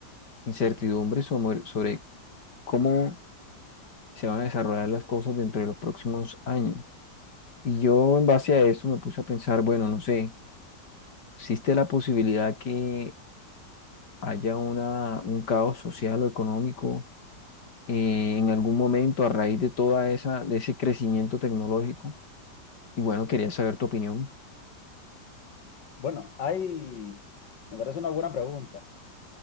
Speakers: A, on the left; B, on the left.
A: incertidumbre sobre, sobre cómo se van a desarrollar las cosas dentro de los próximos años? Y yo en base a eso me puse a pensar, bueno, no sé. existe la posibilidad que haya una, un caos social o económico eh, en algún momento a raíz de toda esa, de ese crecimiento tecnológico. Y bueno, quería saber tu opinión.
B: Bueno, hay, me parece una buena pregunta.